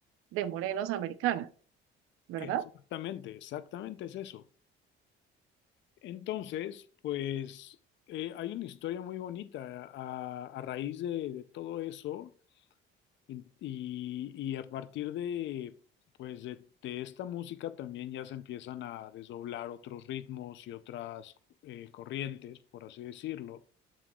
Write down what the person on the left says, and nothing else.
Exactamente, exactamente es eso. Entonces, pues eh, hay una historia muy bonita a, a raíz de, de todo eso en- y, y a partir de, pues de, de esta música también ya se empiezan a desdoblar otros ritmos y otras eh, corrientes, por así decirlo.